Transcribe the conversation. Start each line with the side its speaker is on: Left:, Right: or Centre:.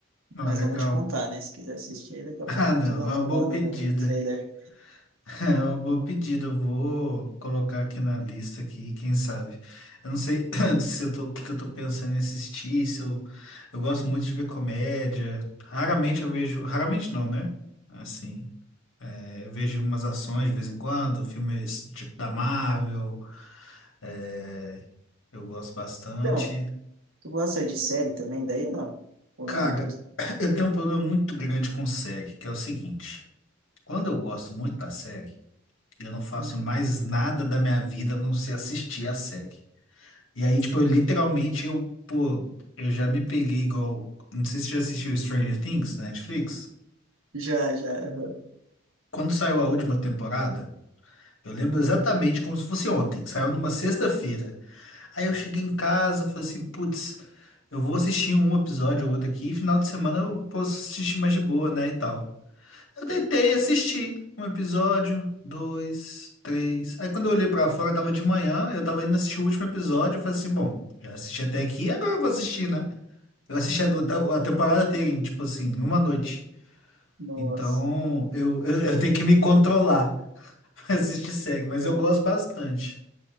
Left: Ah,
Right: mas
Left: legal.
Right: não vou te contar,
Left: <laughs>
Right: né? Se quiser assistir, aí, daqui a pouquinho
Left: Ah, não.
Right: tu dá uma
Left: É uma boa
Right: olhada
Left: pedida.
Right: no, no trailer.
Left: <laughs> É uma boa pedida. Eu vou colocar aqui na lista aqui, quem sabe. Eu não sei <clears throat> se eu tô, o que que eu tô pensando em assistir, se eu, eu gosto muito de ver comédia. Raramente eu vejo. Raramente não, né? Assim. é, eu vejo umas ações de vez em quando, filmes tipo da Marvel. é, eu gosto bastante.
Right: Então, tu gosta de série também, daí ou não? Ou
Left: Cara,
Right: não é muito?
Left: <coughs> <clears throat> eu tenho um problema muito grande com série, que é o seguinte: quando eu gosto muito da série, eu não faço
Right: Uhum.
Left: mais nada da minha vida a não ser assistir a série. E aí, tipo, eu literalmente, eu, pô, eu já me peguei igual. Não sei se você já assistiu Stranger Things na Netflix.
Right: Já, já. <laughs>
Left: Quando saiu a última temporada, eu lembro
Right: uhum.
Left: exatamente como se fosse ontem. Saiu numa sexta-feira. Aí eu cheguei em casa, falei assim, putz, eu vou assistir um episódio ou outro aqui, e final de semana eu posso assistir mais de boa, né, e tal. Eu tentei assistir um episódio, dois, três. Aí quando eu olhei pra fora, tava de manhã, eu tava indo assistir o último episódio, eu falei assim, bom, já assisti até aqui, agora eu vou assistir, né? Eu assisti a, do- a temporada inteira, em, tipo assim, em uma noite.
Right: Nossa.
Left: Então, eu, eu, eu tenho que me controlar <laughs> pra assistir série, mas
Right: Eu,
Left: eu gosto bastante.